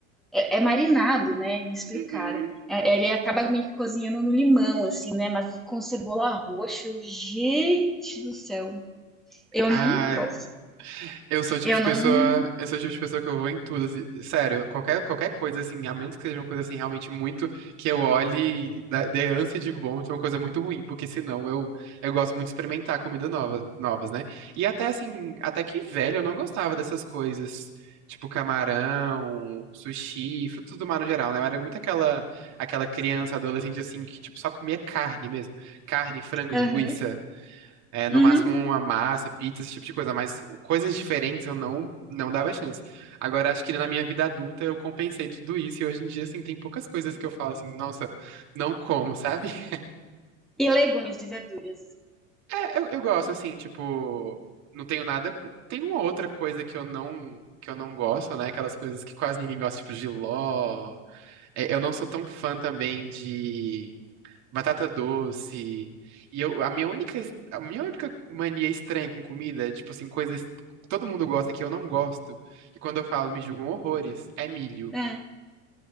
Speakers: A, in the centre; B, on the right.
A: é, é marinado, né? Me explicaram.
B: Uhum.
A: É, Ele acaba meio que cozinhando no limão, assim, né? Mas com cebola roxa, eu, gente do céu. Eu
B: Ah,
A: não posso.
B: Eu sou o tipo
A: Eu
B: de
A: não.
B: pessoa, eu sou o tipo de pessoa que eu vou em tudo, assim, sério, qualquer, qualquer coisa, assim, a menos que seja uma coisa, assim, realmente muito, que eu olhe e dá- dê ânsia de vômito, é uma coisa muito ruim, porque senão eu, eu gosto muito de experimentar comida nova, novas, né? E até, assim, até que velho eu não gostava dessas coisas, tipo camarão, sushi, frutos do mar no geral, né? Eu era muito aquela, aquela criança, adolescente, assim, que, tipo, só comia carne mesmo, carne, frango,
A: Aham.
B: linguiça. É, no
A: Uhum.
B: máximo uma massa, pizza, esse tipo de coisa, mas coisas diferentes eu não não dava chance. Agora, acho que na minha vida adulta eu compensei tudo isso e hoje em dia, assim, tem poucas coisas que eu falo assim, nossa, não como, sabe? <laughs>
A: E legumes e verduras.
B: É, eu, eu gosto, assim, tipo, não tenho nada. Tem uma outra coisa que eu não que eu não gosto, né? Aquelas coisas que quase ninguém gosta, tipo jiló. É, eu não sou tão fã também de batata doce. E eu, a minha única, es- a minha única mania estranha com comida, é, tipo assim, coisas que todo mundo gosta que eu não gosto, e quando eu falo me julgam horrores, é milho.
A: É.